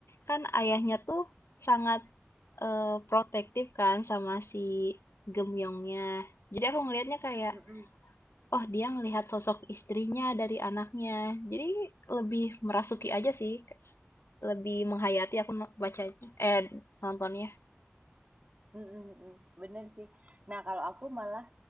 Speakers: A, on the left (about 80°); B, on the right (about 35°).
A: kan ayahnya tuh sangat, eee, protektif kan sama si Gemyongnya. Jadi aku ngelihatnya kayak,
B: mhm.
A: oh dia ngelihat sosok istrinya dari anaknya. Jadi lebih merasuki aja sih, lebih menghayati aku no bacanya eh, nontonnya.
B: Mhm mhm, bener sih. Nah, kalau aku malah